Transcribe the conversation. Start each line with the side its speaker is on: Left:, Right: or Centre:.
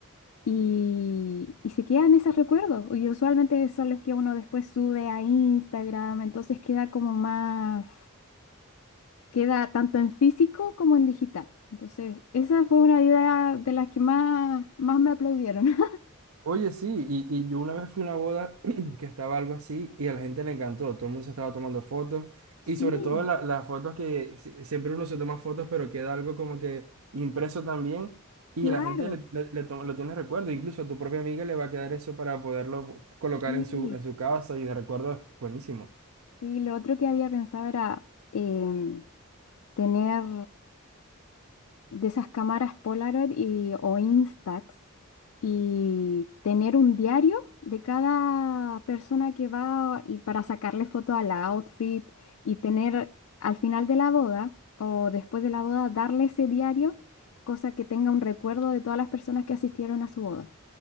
Left: Y, y se quedan esos recuerdos. Y usualmente son los que uno después sube a Instagram, entonces queda como más, queda tanto en físico como en digital. Entonces, esa fue una idea de las que más, más me aplaudieron. <laughs>
Right: Oye, sí, y, y yo una vez fui a una boda <clears throat> que estaba algo así y a la gente le encantó, todo el mundo se estaba tomando fotos
Left: Sí,
Right: y sobre todo la- las fotos que si- siempre uno se toma fotos pero queda algo como que impreso también y
Left: claro.
Right: la gente le, le- le toma- lo tiene recuerdo, incluso a tu propia amiga le va a quedar eso para poderlo colocar
Left: Sí,
Right: en su, en su casa y de recuerdo, buenísimo.
Left: sí, lo otro que había pensado era em, tener de esas cámaras Polaroid y, o Instax y tener un diario de cada persona que va y para sacarle foto al outfit y tener al final de la boda o después de la boda darle ese diario, cosa que tenga un recuerdo de todas las personas que asistieron a su boda.